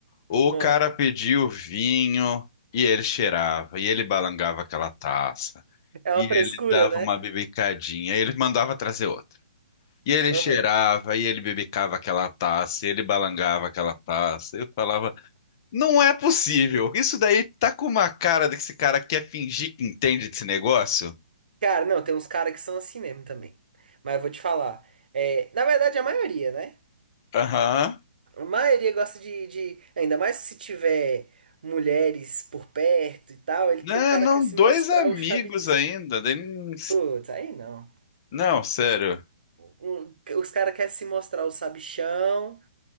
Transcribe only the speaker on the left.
o
cara pediu vinho e ele cheirava, e ele balangava aquela taça,
e
ele
dava
uma bibicadinha, e ele mandava trazer outra. E ele
cheirava, e ele bibicava aquela taça, e ele balangava aquela taça. Eu falava. Não é possível. Isso daí tá com uma cara de que esse cara quer fingir que entende desse negócio?
Aham.
Né,
Não,
dois
amigos
ainda. daí não-
Não, sério.